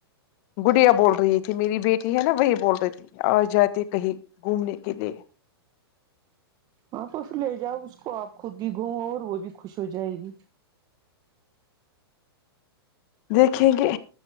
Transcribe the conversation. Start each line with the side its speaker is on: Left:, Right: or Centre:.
Left: گڈیا بول رہی تھی میری بیٹ جی ہے نا وہی بول رہ تھی آج جاتی کہیں گھومنے کے لیے
Right: ہاں تو اس لے جاؤ اس کو آپ خود بھی گو اور وہ بھی خوش ہو جائے گی
Left: دیکھیں گے